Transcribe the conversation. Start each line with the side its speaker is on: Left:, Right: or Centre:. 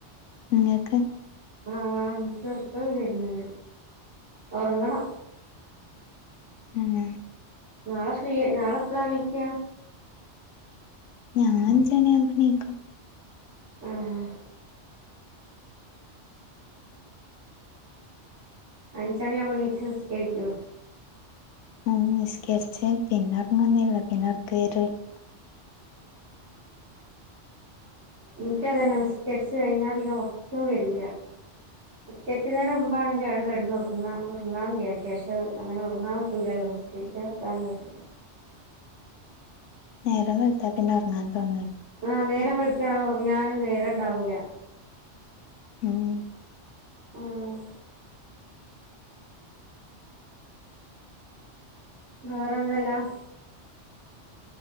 Left: നിങ്ങക്ക്-
Right: ആഹ് എനിക്ക് ഉറക്കം വരുന്നുണ്ട് ഒറങ്ങണം-
Left: തന്നെ-
Right: നാളെ ഫ്രീ നാളെപ്പളാണീക്ക-
Left: ഞാൻ അഞ്ച് മണീയാകുമ്പോ ണീക്കും-
Right: മ്ഹ്- അഞ്ചണി ആവുമ്പോ എനീച്ച് നിസ്കരിക്കോ?
Left: ആഹ് നിസ്കരിച്ച് പിന്നെ ഒറങ്ങൊന്നില്ല പിന്നെറ്ക്ക് വരുല്ല-
Right: ഇന്ക്കതന്നെ നിസ്കരിച്ച് കഴിഞ്ഞാൽ പിന്നെ ഉറക്കം വരൂല- നിസ്കരിക്കുന്നതിന് മുമ്പാണെങ്കിൽ അവിടെ കിടന്ന് ഉറങ്ങാ ഉറങ്ങാന്ന് വിചാരിക്കും പക്ഷെ അങ്ങനെ ഉറങ്ങാൻ പറ്റില്ലല്ലോ- നിസ്കരിക്കാതിരിക്കാനും പറ്റൂല-
Left: നേരം വെളുത്താൽ പിന്നെ ഒറങ്ങാൻ തോന്നുന്നി
Right: ആഹ് നേര വെളുക്കാ റങ്ങാനും നേരം ഉണ്ടാവൂല-
Left: മ്ഹ്-
Right: ആഹ് - വേറെ എന്തെല്ലാം-